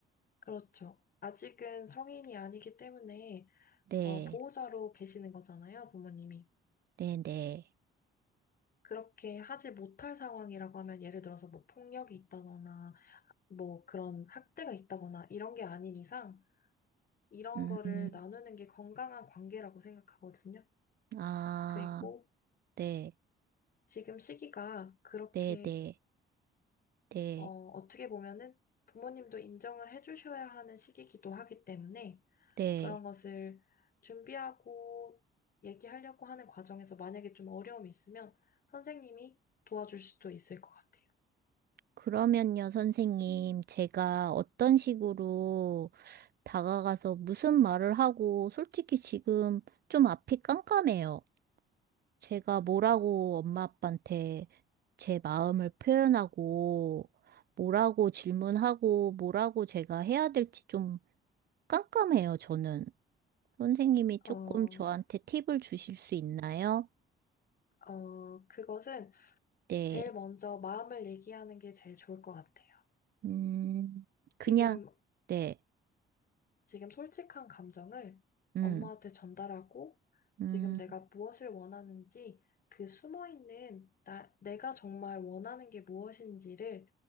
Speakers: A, on the left; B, on the right.
A: 그렇죠. 아직은 성인이 아니기 때문에
B: 네,
A: 어, 보호자로 계시는 거잖아요, 부모님이.
B: 네, 네.
A: 그렇게 하지 못할 상황이라고 하면 예를 들어서 뭐 폭력이 있다거나 뭐 그런 학대가 있다거나 이런 게 아닌 이상 이런
B: 음,
A: 거를 나누는 게 건강한 관계라고 생각하거든요.
B: 아,
A: 그리고
B: 네,
A: 지금 시기가 그렇게
B: 네, 네, 네,
A: 어, 어떻게 보면은 부모님도 인정을 해주셔야 하는 시기이기도 하기 때문에
B: 네.
A: 그런 것을 준비하고 얘기하려고 하는 과정에서 만약에 좀 어려움이 있으면 선생님이 도와줄 수도 있을 것 같아요.
B: 그러면요, 선생님, 제가 어떤 식으로 다가가서 무슨 말을 하고, 솔직히 지금 좀 앞이 깜깜해요. 제가 뭐라고 엄마 아빠한테 제 마음을 표현하고, 뭐라고 질문하고, 뭐라고 제가 해야 될지 좀 깜깜해요, 저는. 선생님이 조금
A: 어,
B: 저한테 팁을 주실 수 있나요?
A: 어, 그것은
B: 네.
A: 제일 먼저 마음을 얘기하는 게 제일 좋을 것 같아요.
B: 음, 그냥,
A: 지금
B: 네.
A: 지금 솔직한 감정을
B: 음.
A: 엄마한테 전달하고
B: 음.
A: 지금 내가 무엇을 원하는지 그 숨어있는 나, 내가 정말 원하는 게 무엇인지를